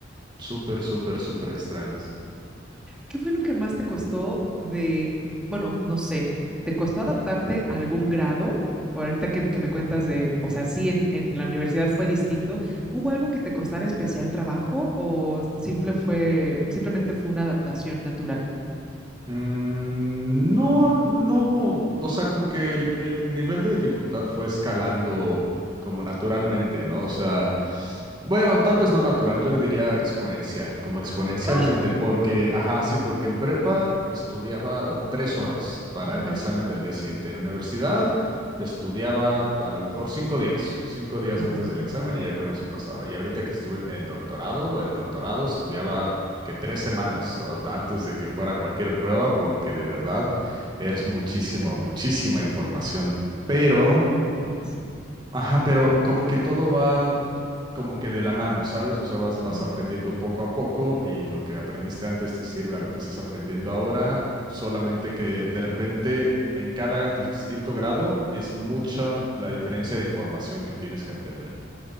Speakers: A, on the right; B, in the centre.
A: Súper, súper, súper extrañas.
B: ¿qué fue lo que más te costó de, bueno, no sé, ¿te costó adaptarte a algún grado? O ahorita que, que me cuentas de, o sea, sí, en, en la universidad fue distinto. ¿Hubo algo que te costara especial trabajo o simple fue, simplemente fue una adaptación natural?
A: Mm, no, no hubo, o sea, como que el, el nivel de dificultad fue escalando como naturalmente, ¿no? O sea, bueno, tal vez no natural, yo le diría exponencial, como exponencialmente,
B: Ah,
A: porque, ajá, sí, porque en prepa estudiaba tres horas para
B: ajá,
A: el examen del día siguiente. En universidad estudiaba a lo mejor cinco días, cinco días
B: ajá.
A: antes del examen y ya con eso pasaba. Y ahorita que estuve en, en doctorado, en doctorado estudiaba que tres semanas o antes de que fuera cualquier prueba, porque de verdad es muchísimo, muchísima información. Pero,
B: No inventes.
A: ajá, pero como que todo va como que de la mano, ¿sabes? O sea, vas,
B: Ujú.
A: vas aprendiendo poco a poco y lo que aprendiste antes te sirve a lo que estás aprendiendo ahora, solamente que de repente en cada distinto grado es mucha la diferencia de información que tienes que aprender.